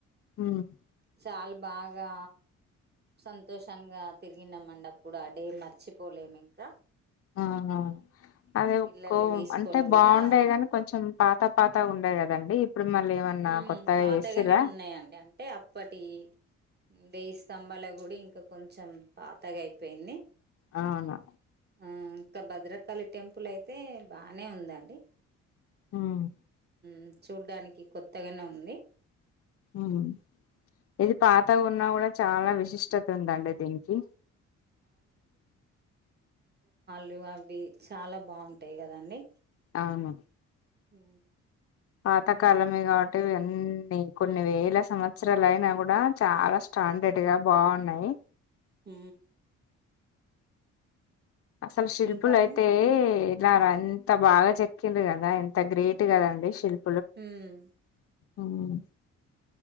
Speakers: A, on the left; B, on the right.
A: హ్మ్.
B: చాల్ బాగా సంతోషంగా తిరిగినమండి అప్పుడు అ డే మర్చిపోలేము ఇంకా
A: ఆహా అదే
B: పిల్లల్ని
A: ఒక్కో
B: తీసుకొని
A: అంటే బాగుండే
B: కూడా
A: గాని కొంచం పాత పాతగుండే కదండి ఇప్పుడు మళ్ళీ ఏమన్నా
B: మ్
A: కొత్తగా
B: పాతగానే
A: చేసిర్రా
B: ఉన్నాయండి అంటే అప్పటియి వెేయి స్తంభాల గుడి ఇంకా కొంచం పాతగైపోయింది
A: ఆహా
B: ఆ ఇంకా భద్రకాళి టెంపుల్ అయితే బానే ఉందండి
A: హ్మ్.
B: మ్ చూడ్డానికి కొత్తగానే ఉంది
A: మ్ ఇది పాతగున్నా కుడా చాలా విశిష్టత ఉందండి దీనికి
B: లు అవి చాలా బాగుంటాయి కదండి
A: అవును
B: మ్
A: పాతకాలమే కాబట్టి ఇవన్ని ఇంకొన్ని
B: మ్మ్
A: వేల సంవత్సరాలు అయినా గుడా చాలా స్టాండర్డ్ గా బాగున్నాయ్
B: మ్
A: అసల్ శిల్పులైతే
B: ఇంకా అండి
A: లరా ఎంత బాగా చెక్కింన్రు గదా ఎంత గ్రేట్ కదండి శిల్
B: హు మ్
A: మ్